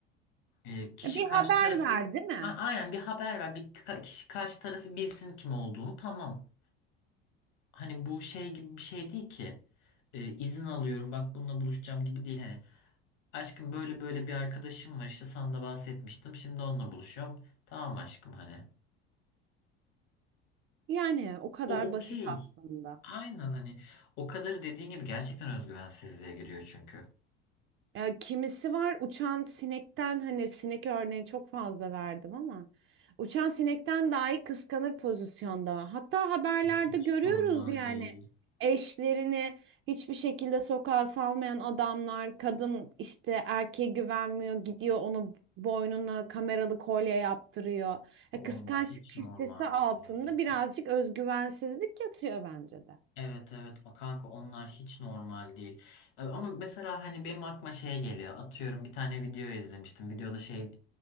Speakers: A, on the left; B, on the right.
A: e, kişi
B: Ya Bir
A: karşı
B: haber
A: tarafı
B: ver, değil mi?
A: A- aynen bir haber ver bir ka- kişi karşı tarafı bilsin kim olduğunu tamam hani bu şey gibi bir şey değil ki E, izin alıyorum bak bununla buluşacağım gibi değil hani aşkım böyle böyle bir arkadaşım var işte sana da bahsetmiştim şimdi onunla buluşuyorum tamam aşkım hani
B: Yani o kadar
A: o okey
B: basit aslında.
A: Aynen hani o kadar dediğin gibi gerçekten özgüvensizliğe giriyor çünkü.
B: Ya kimisi var uçan sinekten hani sinek örneği çok fazla verdim ama uçan sinekten dahi kıskanır pozisyonda. Hatta haberlerde
A: Yok, Hiç
B: görüyoruz
A: normal
B: yani
A: değil.
B: eşlerini hiçbir şekilde sokağa salmayan adamlar, kadın işte erkeğe güvenmiyor gidiyor onu boynuna kameralı kolye yaptırıyor.
A: Onlar
B: E, kıskançlık
A: hiç
B: kistesi
A: normal
B: altında
A: değil.
B: birazcık özgüvensizlik yatıyor bence de.
A: Evet evet o kanka onlar hiç normal değil. E, Ama mesela hani benim aklıma şey geliyor. Atıyorum bir tane video izlemiştim. Videoda şey